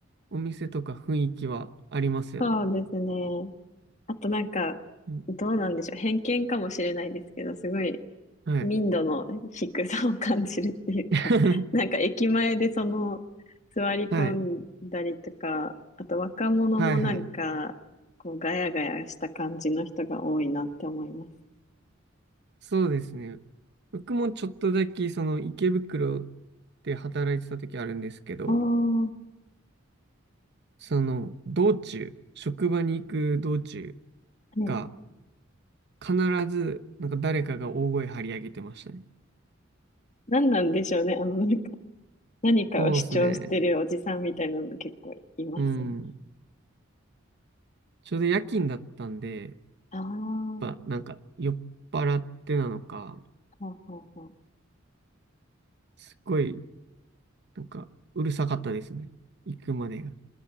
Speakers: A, on the right; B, on the left.
A: お店とか雰囲気はありますよね。
B: そうですね。あとなんか、
A: うん
B: どうなんでしょう。偏見かもしれないですけど、すごい
A: はい。
B: 民度の低さを感じるっていうか、
A: <laughs>
B: <laughs> なんか駅前でその座り込んだりとか、
A: はい。
B: あと若者もなんか、
A: はいはい。
B: こうガヤガヤした感じの人が多いなって思います。
A: そうですね。僕もちょっとだけ、その池袋で働いてた時あるんですけど、
B: ああ、
A: その道中、職場に行く道中
B: ね。
A: が必ずなんか誰かが大声張り上げてましたね。
B: 何なんでしょうね。あの、なんか何かを主張してるおじさんみたいなの結構いますよね。
A: そうですね。うん。ちょうど夜勤だったんで、
B: ああ、
A: やっぱなんか酔っ払ってなのか、
B: ほうほうほう。
A: すごいなんかうるさかったですね。行くまでが。